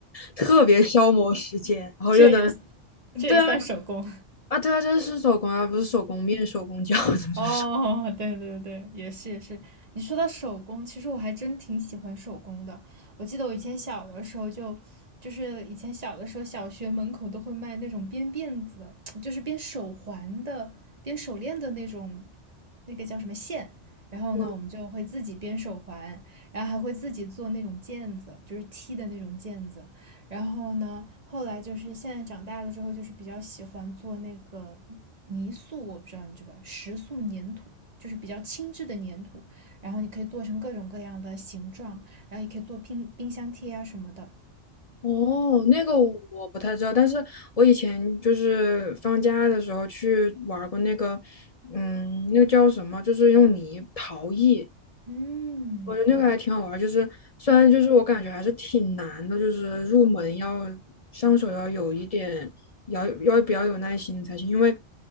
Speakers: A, on the left; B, on the right.
A: 特别消磨时间，
B: <laughs>
A: 然后又能。
B: 这也这也算手工。
A: 对啊，啊，对啊，这是手工啊，不是手工面、手工饺子，就是手。
B: 哦，对对对，也是也是。你说到手工，其实我还真挺喜欢手工的。我记得我以前小的时候就，就是以前小的时候，小学门口都会卖那种编辫子的，就是编手环的、编手链的那种，那个叫什么线。然后呢，
A: <laughs> 工。
B: 我们就会自己编手环，然后还会自己做那种毽子，就是踢的那种毽子。然后呢，后来就是现在长大了之后，就是比较喜欢做那个泥塑，我不知道你知不知道，石塑粘土，就是比较轻质的粘土，然后你可以做成各种各样的形状，然后也可以做冰冰箱贴啊什么的。
A: 哦，那个我不太知道，但是我以前就是放假的时候去玩儿过那个，嗯，那个叫什么，就是用泥陶艺，
B: 嗯
A: 我觉得那个还挺好玩儿，就是虽然就是我感觉还是挺难的，就是入门要上手要有一点，要要比较有耐心才行，因为